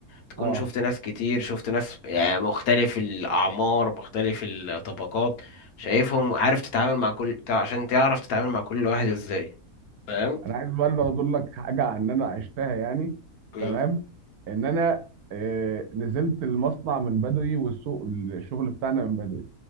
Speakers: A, on the left; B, on the right.
A: تكون
B: اه
A: شفت ناس كتير شفت ناس يعني مختلف الأعمار مختلف الطبقات شايفهم عارف تتعامل مع كل تع- عشان تعرف تتعامل مع كل واحد ازاي فاهم
B: انا عايز بقى اللي اقول لك حاجه عن ان انا عشتها يعني
A: مم.
B: تمام ان انا آه، نزلت المصنع من بدري والسوق الشغل بتاعنا من بدري